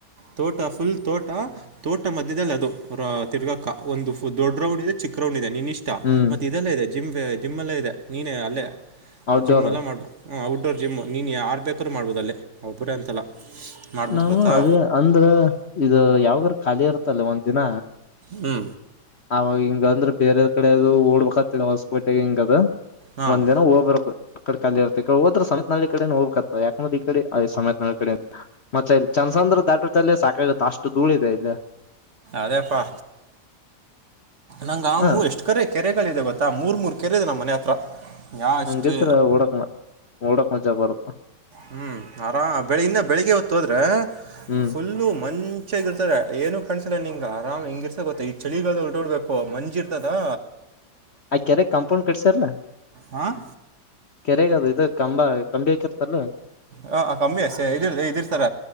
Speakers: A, on the right (about 45°); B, on the left (about 45°).
A: ತೋಟ ಫುಲ್ ತೋಟ ತೋಟ ಮಧ್ಯದಲ್ಲಿ ಅದು ತಿರ್ಗಾಕ್ಕ ಒಂದು ಒಂದ್ ದೊಡ್ಡ ರೌಂಡ್ ಇದೆ ಚಿಕ್ಕ್ ರೌಂಡ ಇದೆ. ನೀನ್ ಇಷ್ಟ
B: ಹ್ಮ್
A: ಮತ್ತ ಇದೆಲ್ಲ ಇದೆ. ಜಿಮ್ ಜಿಮ್ಮಯಲ್ಲಾ ಇದೆ ನೀನ ಅಲ್ಲೇ
B: ಔಟ್ಡೋರ್
A: ಜಿಮ್ ಎಲ್ಲಾ ಮಾಡ್ಬ ಹ ಔಟ್ಡೋರ್ ಜಿಮ್ ನೀನ ಯಾರ ಬೇಕರು ಮಾಡ್ಬುದಲ್ಲಿ. ಒಬ್ಬರೆ ಅಂತಲ್ಲ. ಮಾಡ್ಬೋದು
B: ನಮ್ಮ
A: ಗೊತ್ತಾ
B: ಅದೇ ಅಂದ್ರ ಇದು ಯಾವಾಗ್ರ ಖಾಲಿ ಇರ್ತ್ತಲ್ಲ ಒಂದ್ ದಿನ
A: ಹ್ಞೂ
B: ಹಾಗ ಇಂಗ ಅಂದ್ರೆ ಬೇರೆ ಕಡೆ ಅದು ಓಡ್ಬೇಕಕ್ತ್ತತಿ ಹೊಸ್ಪಟೆಗೆ ಹಿಂಗ
A: ಹಾಂ
B: ಒಂದ್ ದಿನ ಹೋಗರ ಅ ಕಡೆ ಕಾಲಿ ಇರ್ತ ಈಡೆ ಹೋದ್ರ ಸಮೆತ್ ನಿ ಕಡೆ ಹೋಗ್ಬೇಕ ಆತ ಯಾಕಂದ್ರ ಈಡೆ ಸಮತ್ ನ ಕಡೆ <unintelligible> ಮತ್ತೆ ಇಲ್ಲಿ ಚಂದಸಂದ್ರ ದಾಟ್ರ ಸಾಕಾಗತ್ತ ಅಷ್ಟು ಧೂಳ ಇದೆ ಇಲ್ಲಿ
A: ಅದೇಪ್ಪಾ ನಂಗ ಅವ್
B: ಹ
A: ಎಷ್ಟ ಕರೆ ಕೆರೆ ದೆ ಗೊತ್ತಾ ಮೂರ್ ಮೂರ್ ಕೆರೆ ಇ ನಮ್ಮ ಮನೆ ಹತ್ರ ಯಾ ಅಷ್ಟೇ
B: ಹಂಗತ್ರ ಹೋಡೋಗುವ ನೋಡಕ್ ಮಜಾ ಬರುತ್ತ
A: ಹ್ಮ್ ಆರಾಮ ಇನ್ನ ಬೆಳಿಗ್ಗೆ ಹೊತ್ತು ಹೋದ್ರೆ
B: ಹ್ಮ್
A: ಫುಲ್ಲು ಮಂ ಹೆಚ್ಚಾಗಿ ಇರ್ತಾರೆ ಏನು ಕಿಸಸಿಲ್ಲ ನಿಂಗ ಆರಾಮ ಹಿಂಗಿರ್ಸ ಗೊತ್ತ ಚಳಿಗಾಲ ಉಟೋರ್ಬೇಕು ಮಂ ರ್ತದಾ
B: ಆ ಕೆರೆ ಕಂಪೌಂಡ್ ಕಟ್ಸಲ್
A: ಹಾಂ
B: ಕೆರೆಗೆ ಅದು ಇದು ಕಂಬ ಕಮ್ಮಿ ಆಕಿರ್ತಲ್ಲ
A: ಹ ಕಮ್ಮಿ ಅಷ್ಟೆ ಇದ ಇದಿರ್ತಾರ